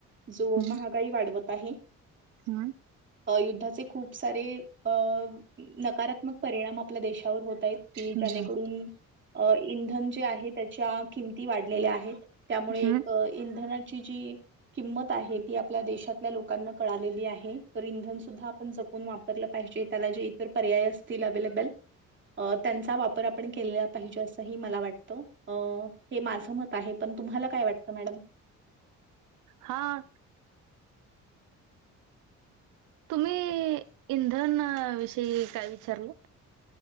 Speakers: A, on the right (about 40°); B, on the right (about 85°).
A: जो
B: हम्म
A: महागांई वाढवंतं आहे?
B: हम्म <unintelligible>
A: अ युद्धाचे खूंप सारें अ नकांरात्मक. परिणांम आपल्यां देशांवर होतं आहेतं कि
B: हम्म
A: ज्यांने करूंन अ इंधन जे आहे त्यांच्या किंमती वाढलेल्यां आहेतं त्यामुळें एक
B: हम्म.
A: इंधनांची जी किंमतं आहे ती आपल्यां देशांतल्यां लोकांना कळांलेली आहे तरं इंधन संध्या आपणं जपूंन वापरलं पाहिजे त्यांला जे इतंर पर्याय असं तील अवेलेबलं त्यांचा वापर आपणं केलां पाहिजे असं मलां वाटतं हे माझं मतं आहे पणं तुम्हांला कायं वाटतं मॅडम?
B: हां तुम्हीं इंधन विषयीं कायं विचारलं?